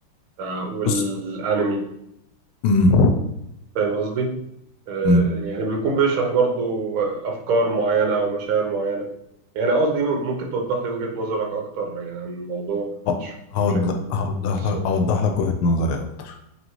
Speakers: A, on the right; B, on the left.
A: آه، والأنمي
B: بص مم.
A: فاهم قصدي؟ آه،
B: مم.
A: يعني بيكون بيشرح برضو أفكار معينة أو مشاعر معينة يعني قصدي ممكن توضح لي وجهة نظرك أكتر يعني عن الموضوع أو
B: ه-
A: تشرح
B: هوض-
A: لي بشكل
B: هوضح
A: مفصل
B: لك اوضح لك وجهة نظري اكتر